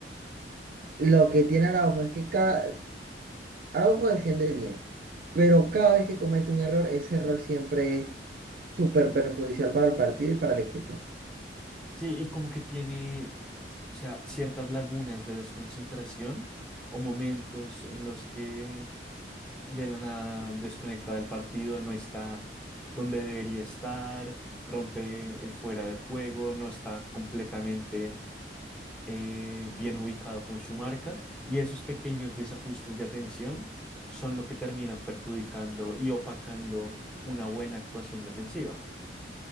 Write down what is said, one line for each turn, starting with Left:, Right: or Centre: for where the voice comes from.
Right: lo que tiene Araujo es que cada... Araujo defiende bien, pero cada vez que comete un error, ese error siempre es súper perjudicial para el partido y para el equipo.
Centre: Sí, y como que tiene, o sea, ciertas lagunas de desconcentración o momentos en los que de la nada desconecta del partido, no está donde debería estar, rompe el fuera de juego, no está completamente eh, bien ubicado con su marca y esos pequeños desajustes de atención son lo que terminan perjudicando y opacando una buena actuación defensiva.